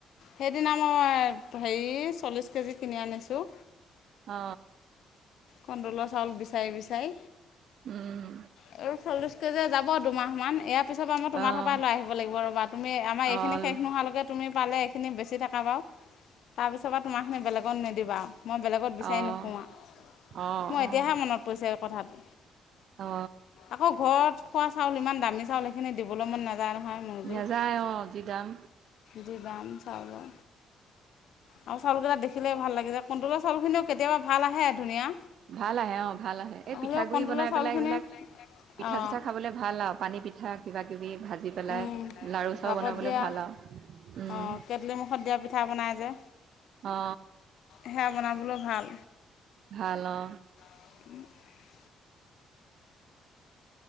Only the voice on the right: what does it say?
অ।
উম,
অ'
অ'
অ' অ'
অ', অ',
অ।
নেযায় অ জি দাম।
ভাল আহে অ ভাল আহে এই পিঠাগ
গুৰি
বনাই
পেলাই এইবিলাক পিঠা
চিঠা খাবলে। ভাল আৰু পানী পিঠা কিবা কিবি ভাজি পেলাই
লাৰু চাৰু
বনাবলে
ভাল আৰু। উম,
অ।
ভাল অ।